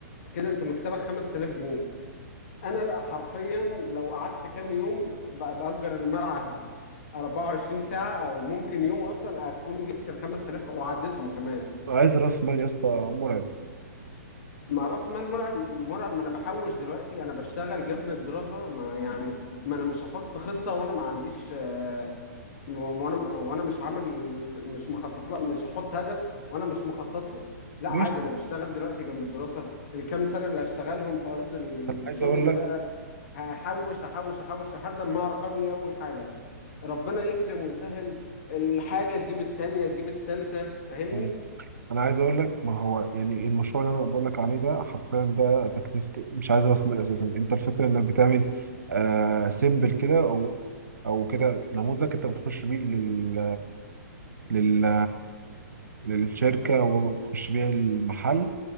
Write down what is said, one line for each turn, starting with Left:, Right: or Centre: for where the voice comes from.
Left: كده انت مكسبك 5000 جنيه انا حرفيا لو قعدت كام يوم ب- باجر الملعب 24 ساعه ممكن يوم اصلا اكون جبت ال 5000 وعديتهم كمان
Right: عايز راس مال يا اسطى مرعب
Left: مع راس مال مرعب مرعب ما انا بحوش دلوقتي انا بشتغل جنب الدراسه ما يعني ما انا مش هحط خطه وانا ما عنديش آه، وانا وانا مش عامل مش مخطط لا مش هحط هدف وانا مش مخطط له لا
Right: ماشي
Left: عادي انا بشتغل دلوقتي جنب الدراسه الكام سنه اللي هشتغلهم في ارض الشغل
Right: عايز اقول
Left: بقى هحوش هحوش هحوش لحد ما اعرف ابني اول حاجه ربنا يكرم ويسهل الحاجه تجيب التانية تجيب التالتة فاهمني
Right: لك انا عايز اقول لك ما هو يعني المشروع اللي انا بقول لك عليه ده حرفيا ده تكلفته مش عايز راس مال اساسا انت الفكره انك بتعمل آه سيمبل كده او او كده نموذج انت بتخش بيه لل لل للشركه وبتخش بيه المحل